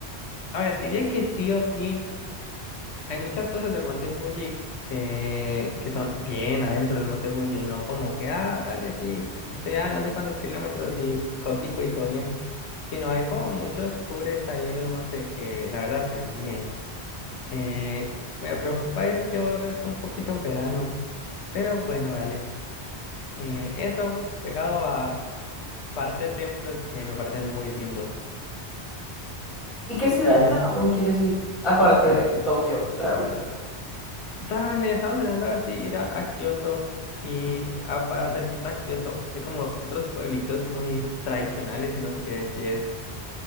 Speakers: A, on the left; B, on the left.
A: a ver, diría que sí o sí, hay muchas cosas del Monte Fuji que, que son bien adentro del Monte Fuji, no como que, ah, dale, sí, estoy a no sé cuántos kilómetros y protico y todo bien, sino hay como muchos tours ahí en el monte que la verdad se ven bien. Eh, me preocupa ir que hoy es un poquito en verano, pero bueno, dale. Eh, eso, pegado a parte templos que me parecen muy lindos.
B: ¿Y qué ciudades
A: Y ya.
B: de Japón quieres ir? Aparte de Tokio, claramente.
A: Dale, estamos mirando a ver si ir a, a Kioto. Y a, para cerquita a Kioto hay como otros pueblitos muy tradicionales en los que sí es